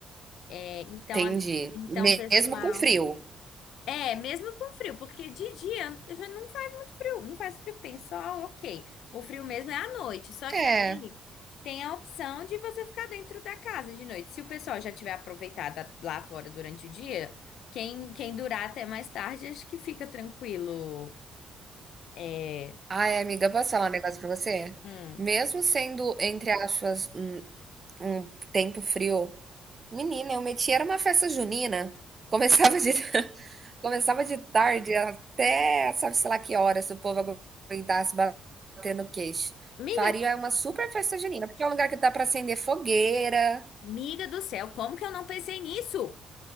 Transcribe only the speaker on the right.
Entendi.
Mesmo
com frio.
É.
Ai, amiga, posso falar um negócio para você?
Mesmo sendo, entre aspas, um, um tempo frio, menina, eu metia, era uma festa junina. Começava de. <laughs> Começava de tarde até sabe-se lá que horas, se o povo aguentasse bater no queixo.
Faria uma super festa junina, porque é um lugar que dá para acender fogueira.